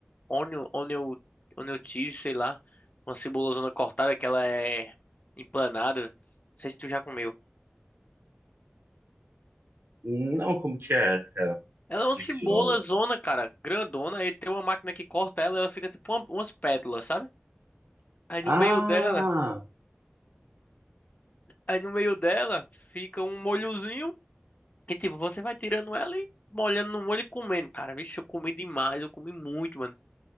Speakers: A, on the left; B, on the right.
A: Onion, onion, onion cheese, sei lá. Uma cebola zona cortada que ela é empanada. Não sei se tu já comeu.
B: Não, como que é, cara?
A: Ela
B: Explique
A: é uma cebola
B: de novo.
A: zona, cara, grandona, e tem uma máquina que corta ela, ela fica tipo uma- umas pétalas, sabe? Aí no meio
B: Ah,
A: dela, aí no meio dela fica um molhozinho e tipo, você vai tirando ela e molhando no molho e comendo. Cara, vixe, eu comi demais, eu comi muito, mano.